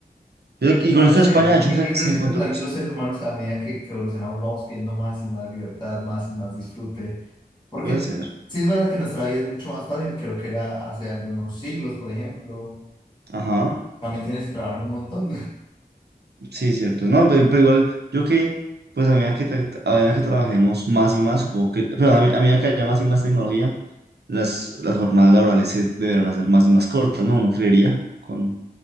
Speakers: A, on the right; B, on the left.
A: Yo
B: aunque
A: creo que- Y
B: no
A: con
B: lo
A: esto
B: sé,
A: de España, de hecho,
B: yo,
A: se,
B: yo, yo
A: se
B: siento
A: encontró.
B: que también los seres humanos a medida que, que evolucionamos vamos pidiendo más y más libertad, más y más disfrute, porque
A: Puede ser.
B: sí es verdad que nuestra vida es mucho más fácil que lo que era hace algunos siglos, por ejemplo,
A: Ajá.
B: también tienes que trabajar un montón, <laughs>
A: Sí, cierto. No, pero, pero igual, yo que, pues a medida que, tra- a medida que trabajemos más y más, supongo que, pero a, me- a medida que haya más y más tecnología, las, las jornadas laborales se deberán hacer más y más cortas, ¿no? Uno creería. Con,